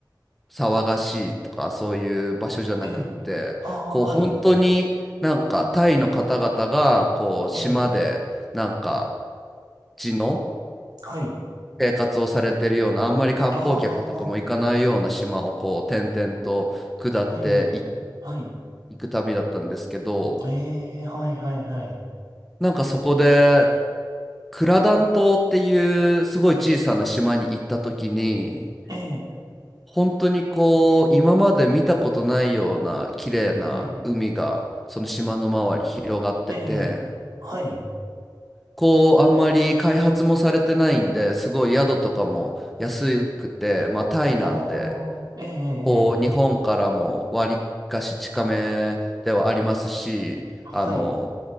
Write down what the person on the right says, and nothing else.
ええ、ああ、
はい、ええ、
はい、
ああ、ええ、はい、
ええ、はい、はい、はい、
ええ、
はい、ええ、はい、
ああ、ええ、
はい、